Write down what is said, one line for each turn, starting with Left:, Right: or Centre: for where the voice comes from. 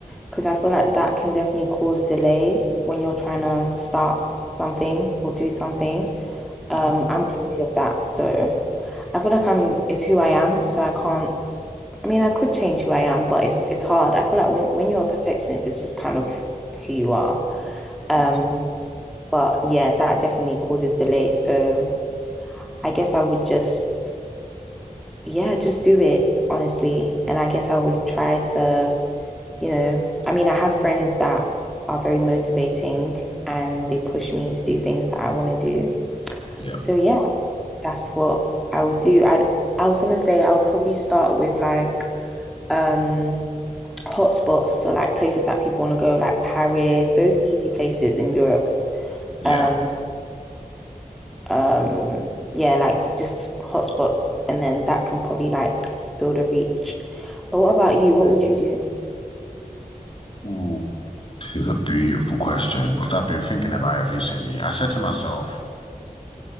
Centre: because I feel like that can definitely cause delay when you're trying to
Left: Mm,
Centre: start something or do something.
Left: Yeah,
Centre: Um, I'm guilty of that. So I feel like I'm, it's who I am. So I can't I mean, I could change who I am, but it's it's hard. I feel like when when you're a perfectionist, it's just kind of who you are. Um,
Left: what?
Centre: but yeah, that definitely causes delay. So I guess I would just yeah, just do it honestly. And I guess I would try to, you know, I mean, I have friends that are very motivating and they push me to do things that I want to do.
Left: Yeah,
Centre: So yeah, that's what I would do. I'd I was gonna say I would probably start with like um hotspots, so like places that people want to go, like Paris, those easy places in Europe.
Left: yeah.
Centre: Um, um, yeah, like just hotspots, and then that can probably like build a reach. But what about you? What
Left: Okay.
Centre: would you do?
Left: Ooh. This is a beautiful question because I've been thinking about it recently. I said to myself,